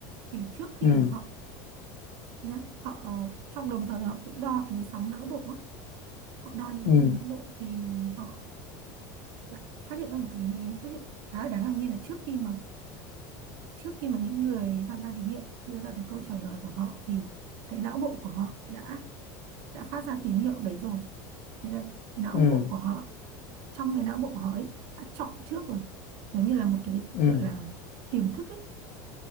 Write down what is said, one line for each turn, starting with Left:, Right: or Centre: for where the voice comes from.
Right: thì trước khi
Left: ừ
Right: mà họ nhá họ ờ, trong đồng thời họ cũng đo cái sóng não bộ ấy họ đo những cái
Left: ừ ừ
Right: vùng não bộ thì họ lại phát hiện ra một cái cái phát hiện khá là đáng ngạc nhiên là trước khi mà trước khi mà những người tham gia thí nghiệm đưa ra cái câu trả lời của họ thì cái não bộ của họ đã đã phát ra tín hiệu đấy rồi nghĩa là não
Left: ừ
Right: bộ của họ trong cái não bộ của họ ấy đã chọn trước rồi giống như là một cái
Left: ừ
Right: gọi là tiềm thức ấy